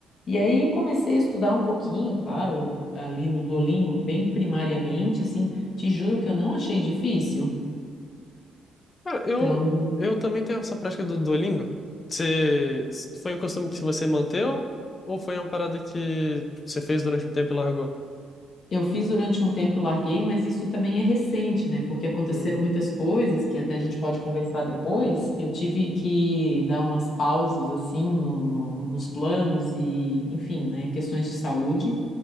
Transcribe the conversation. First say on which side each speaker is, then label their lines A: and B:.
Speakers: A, on the left; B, on the left.
A: E aí comecei a estudar um pouquinho, claro, ali no Duolingo, bem primariamente, assim. Te juro que eu não achei difícil.
B: Cara, eu,
A: Então.
B: eu também tenho essa prática do Duolingo. Você, foi um costume que você manteu ou foi uma parada que você fez durante um tempo e largou?
A: Eu fiz durante um tempo e larguei, mas isso também é recente, né? Porque aconteceram
B: Uhum,
A: muitas coisas que até a gente pode conversar depois. Eu tive que dar umas pausas, assim, no- no- nos planos e, enfim, né? Questões de saúde.